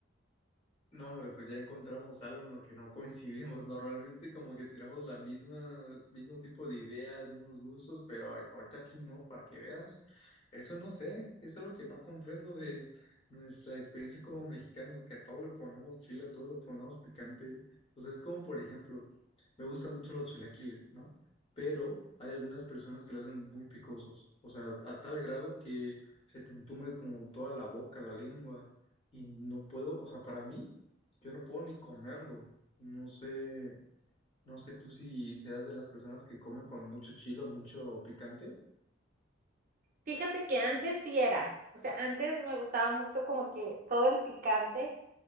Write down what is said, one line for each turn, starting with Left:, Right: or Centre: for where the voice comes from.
Left: No, hombre, pues ya encontramos algo en lo que no coincidimos <laughs> normalmente, como que tenemos la misma, mismo tipo de ideas, mismos gustos, pero ahor- ahorita sí no, para que veas. Eso no sé, es algo que no comprendo de nuestra experiencia como mexicanos, que a todo le pongamos chile, a todo le pongamos picante. O sea, es como, por ejemplo, me gustan mucho los chilaquiles, ¿no? Pero hay algunas personas que lo hacen muy picosos, o sea, a tal grado que se te entume como toda la boca, la lengua, y no puedo, o sea, para mí. Yo no puedo ni comerlo. No sé, no sé tú si seas de las personas que come con mucho chilo, mucho picante.
Right: Fíjate que antes sí era, o sea, antes me gustaba mucho como que todo el picante.